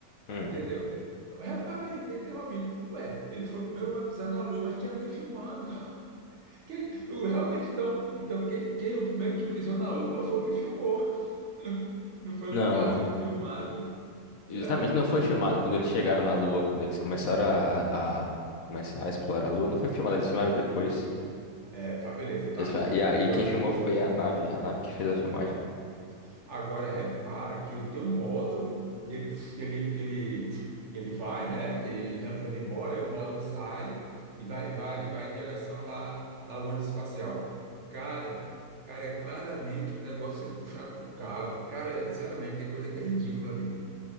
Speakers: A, on the left; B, on the right.
A: hum,
B: entendeu? Repara aí, tem, tem lá o vídeo. Ué, ele foi o primeiro homem a pisar na Lua, mas tinha alguém filmando. <laughs> Quem, o- realmente, então, então quem, quem o primeiro que pisou na Lua foi o que filmou. <laughs> Não não foi
A: não,
B: o que estava sendo filmado.
A: exatamente,
B: né?
A: não foi chamado quando eles chegaram na Lua, quando eles começaram a, a começar a explorar a Lua, não foi filmado, eles filmaram depois.
B: É, tá, beleza, tá.
A: Eles fa- E, a,
B: Aí,
A: e quem
B: ó.
A: filmou foi
B: Isso.
A: a nave, a nave que fez a filmagem.
B: Isso. Agora repara que o teu módulo que ele que ele que ele que ele vai, né, que ele já está indo embora, aí o módulo sai e vai e vai e vai em direção lá lá o ônibus espacial. Cara, cara, é claramente um negócio sendo puxado por cabo. Cara, é, sinceramente, tem coisa que é ridícula ali.